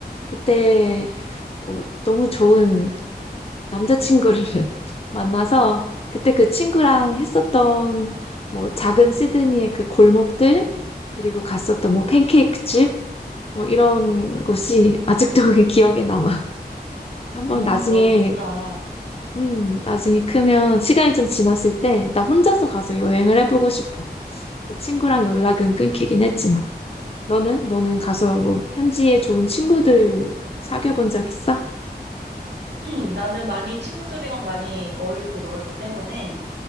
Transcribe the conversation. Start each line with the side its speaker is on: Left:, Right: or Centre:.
Left: 그때 어, 너무 좋은 남자친구를 <laughs> 만나서 그때 그 친구랑 했었던 뭐 작은 시드니의 그 골목들 그리고 갔었던 뭐 팬케이크 집 뭐 이런 곳이 아직도 그게 기억에 남아. 한번
Right: 음,
Left: 나중에
Right: 너무 좋다.
Left: 음 나중에 크면 시간이 좀 지났을 때 나 혼자서 가서 여행을 해보고 싶어. 그 친구랑 연락은 끊기긴 했지만 너는 너는 가서 뭐 현지에 좋은 친구들 사귀어 본 적 있어?
Right: 음, 나는 많이 친구들이랑 많이 어울리고 놀았기 때문에